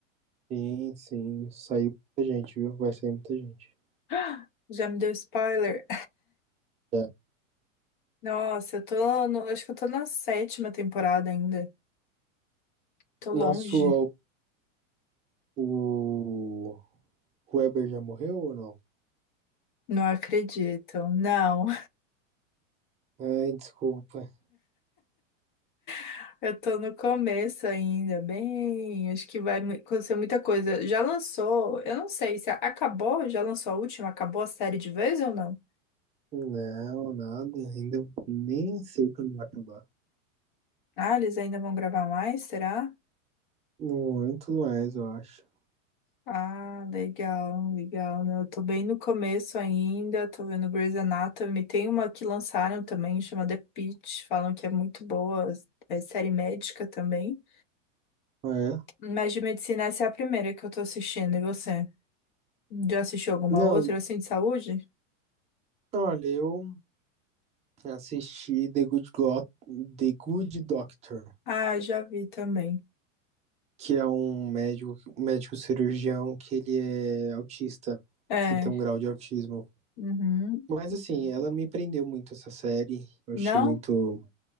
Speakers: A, on the right; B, on the left.
A: Sim, sim. Saiu muita gente, viu? Vai sair muita gente.
B: Ah, Já me deu spoiler.
A: É.
B: Nossa, eu tô no, acho que eu tô na sétima temporada ainda. Tô
A: Na
B: longe.
A: sua, o Weber já morreu ou não?
B: Não acredito. Não,
A: Ai, desculpa.
B: <laughs> eu tô no começo ainda. Bem, acho que vai mu- acontecer muita coisa. Já lançou, eu não sei se a- acabou, já lançou a última, acabou a série de vez ou não?
A: Não, nada. Ainda nem sei quando vai acabar.
B: Ah, eles ainda vão gravar mais, será?
A: Muito mais, eu acho.
B: Ah, legal, legal. né? Eu tô bem no começo ainda, tô vendo Grey's Anatomy. Tem uma que lançaram também, chama The Pitt, falam que é muito boa, é série médica também.
A: Ah, é?
B: Mas de medicina, essa é a primeira que eu tô assistindo, e você? Já assistiu alguma
A: Não,
B: outra, assim, de saúde?
A: olha, eu assisti The Good, Go The Good Doctor.
B: Ah, já vi também.
A: que é um médico, um médico cirurgião que ele é autista.
B: É,
A: Ele tem um grau de autismo.
B: uhum.
A: Mas assim, ela não me prendeu muito essa série. Eu
B: Não?
A: achei muito.